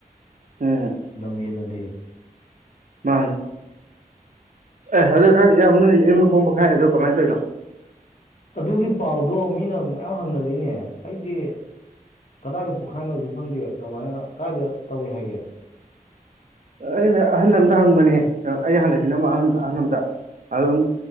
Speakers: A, on the right (about 60°); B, on the left (about 55°).
A: ꯎꯝ
B: ꯂꯝꯍꯦꯜꯂꯗꯤ
A: ꯃꯥꯅꯦ ꯑꯦ ꯑꯗꯨꯗ ꯢꯌꯥꯝꯕ ꯅꯣꯏ ꯑꯦꯝ ꯃꯨꯢ ꯕꯣꯝ ꯄꯣꯛꯈꯥꯏ ꯍꯥꯢꯗꯨ ꯀꯃꯥꯏꯅ ꯇꯧꯔꯤꯅꯣ
B: ꯑꯗꯨꯒꯤ ꯄꯥꯎꯗꯣ ꯃꯤꯅ ꯃꯌꯥꯝ ꯍꯪꯅꯔꯤꯅꯦ ꯑꯩꯗꯤ ꯀꯗꯥꯏꯗ ꯄꯣꯛꯈꯥꯏꯅꯣꯁꯨ ꯈꯪꯗꯦ ꯀꯃꯥꯏꯅ ꯀꯥꯏꯗ ꯇꯧꯏ ꯍꯥꯏꯒꯦ
A: ꯑꯩꯅ ꯑꯍꯜ ꯑꯃꯗ ꯍꯪꯕꯅꯦ ꯑꯩꯅ ꯍꯥꯟꯅ ꯂꯩꯃꯤꯟꯅꯕ ꯑꯍꯟ ꯑꯍꯜ ꯑꯃꯗ ꯑꯗꯨꯝ